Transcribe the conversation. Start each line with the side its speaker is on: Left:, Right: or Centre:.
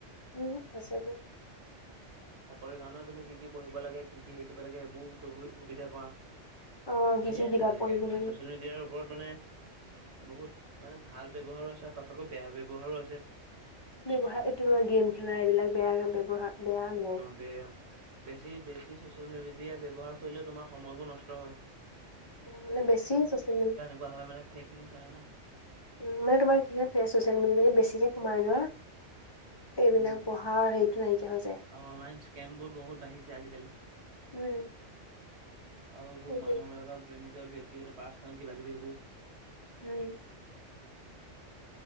Left: বহুত আছে ব
Right: <unintelligible> চাকৰি কাৰণেও তুমি কি কি পঢ়িব লাগে কি কি হেৰি কৰিব লাগে সেইবোৰো সুবিধা পোৱা।
Left: অ কি
Right: ধেই
Left: কি
Right: আছে
Left: কিতাপ
Right: তেনেকে
Left: পঢ়িব
Right: মানে
Left: লাগে
Right: চচিয়েল মিডিয়াৰ ওপৰত মানে বহুত মানে ভাল ব্যৱহাৰো আছে তাত আকৌ বেয়া ব্যয়ৱহাৰো আছে।
Left: ব্যৱহাৰ এইটো গেম খেলা এইবিলাক বেয়া ব্যয়ৱহাৰ বেয়া মানে।
Right: বেয়া বেছি বেছি চচিয়েল মিডিয়া ব্যৱহাৰ কৰিলে তোমাৰ সময়বোৰ নষ্ট হয়।
Left: মানে বেছি চ'চিয়েল মে
Right: কোৱা হয় মানে ফেক নিউজ আহে না।
Left: উ মানে তোমাৰ কি হয় চচিয়েল মিডিয়াত বেছিকে সোমাই যোৱা এইবিলাক
Right: উম
Left: পঢ়াৰ হেৰিটো নাইকিয়া হৈ যায়।
Right: আৰু অনলাইন স্কেম বোৰ বহুত বাঢ়িছে আজিকালি
Left: উম
Right: আৰু এইবোৰ
Left: সেইটোৱে
Right: মানুহ বিলাকৰ নিজৰ ব্যক্তিগত পাৰ্চনেল কিবা কিবি সেইবোৰ
Left: উম